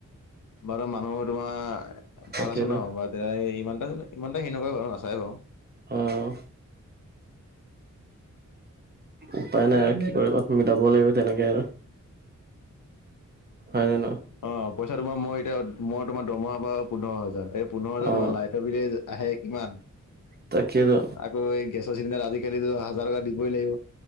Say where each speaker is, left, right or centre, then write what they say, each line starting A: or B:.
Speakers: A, on the left (about 85°); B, on the right (about 30°).
A: বাৰু মানুহো তোমাৰ
B: তাকেইতো
A: ভাল আছে ন' বাৰ ইমানটা ইমান এটা হে নকয় বাৰু নাচায় বাৰু।
B: উম, উপায় নাই আৰু কি কৰিবা, মিলাব লাগিব তেনেকে হয় জানো?
A: অ', পইচা তোমাৰ মই এতিয়া মই তোমাৰ দমহা পাওঁ পোন্ধৰ হাজাৰ, এই পোন্ধৰ হাজাৰ
B: অ
A: তোমাৰ লাইট ৰ বিলে আহে কিমান?
B: তাকেতো।
A: আকৌ এই গেছৰ চিলিণ্ডাৰ আজি-কালিটো হাজাৰ টকা দিবই লাগিব।